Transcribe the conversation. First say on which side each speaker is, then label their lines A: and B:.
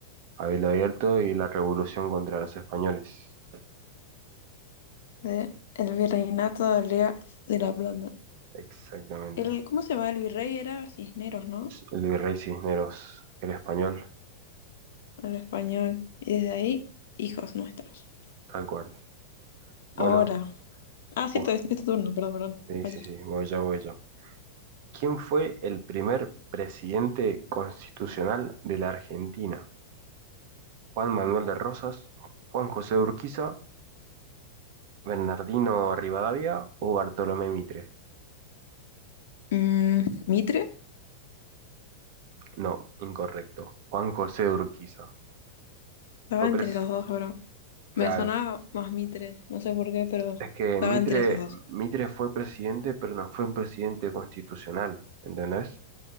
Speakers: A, on the right (about 45°); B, on the left (about 75°).
A: Cabildo abierto y la revolución contra los españoles.
B: D. El virreinato del Río de la Plata.
A: Exactamente.
B: El, ¿cómo se llama? El virrey era Cisneros, ¿no?
A: El virrey Cisneros, el español,
B: En español. Y desde ahí, hijos nuestros.
A: tal cual. Bueno,
B: Ahora. Ah, cierto,
A: uh,
B: es, es tu turno, perdón, perdón.
A: sí,
B: Vaya.
A: sí, sí, voy yo, voy yo. ¿Quién fue el primer presidente constitucional de la Argentina? ¿Juan Manuel de Rosas, Juan José de Urquiza, Bernardino Rivadavia o Bartolomé Mitre?
B: Mm, ¿Mitre?
A: No, incorrecto. Juan José de Urquiza.
B: Estaba
A: Fue
B: entre
A: pres-
B: los dos, pero
A: claro.
B: me sonaba más Mitre, no sé por qué, pero
A: Es que
B: estaba
A: Mitre,
B: entre esos dos.
A: Mitre fue presidente, pero no fue un presidente constitucional, ¿entendés?